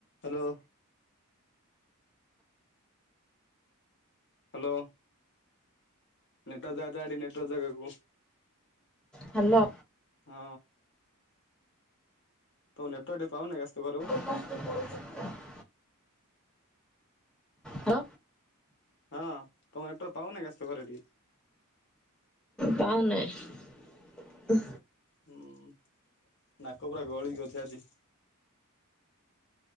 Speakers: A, on the left; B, in the centre.
A: Hello. Hello. ନେଟା ଜା ଜାଗାଡି ନେଟୱର୍ ଜାଗକୁ
B: ହ୍ୟାଲୋ।
A: ହଁ ତମ ନେଟୱରକେ ଟିକେ ପାଉନି ଆସ୍ ତୁ ଘରକୁ
B: <unintelligible> ଦ
A: ହଁ ତମ ନେଟ୍ୟାର୍କ ପାଉନ ଘରେ ଟି
B: ପାଉନାହିଁ।
A: ହୁଁ ନାକ ପୁରା ଗଳିି ଆଜି।